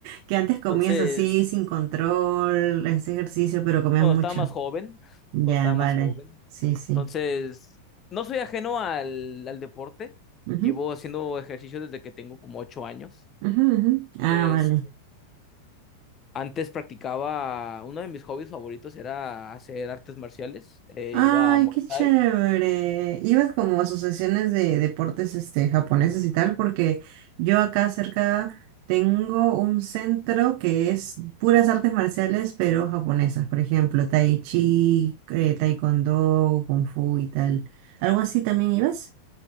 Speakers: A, on the right; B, on the left.
A: Que antes comías
B: Entonces,
A: así sin control, ese ejercicio, pero comías
B: cuando
A: mucho.
B: estaba más joven,
A: Ya,
B: cuando estaba
A: vale.
B: más joven,
A: Sí, sí.
B: entonces, no soy ajeno al, al deporte,
A: Ujú,
B: llevo haciendo ejercicio desde que tengo como ocho años.
A: ujú, ujú. Ah,
B: Entonces,
A: vale.
B: Antes practicaba, uno de mis hobbies favoritos era hacer artes marciales. eh,
A: Ay,
B: iba a Muay
A: qué chévere.
B: Thai.
A: Ibas como a asociaciones de deportes este, japoneses y tal, porque yo acá cerca tengo un centro que es puras artes marciales, pero japonesas. Por ejemplo, tai chi, eh, taekwondo, kung fu y tal. ¿Algo así también ibas?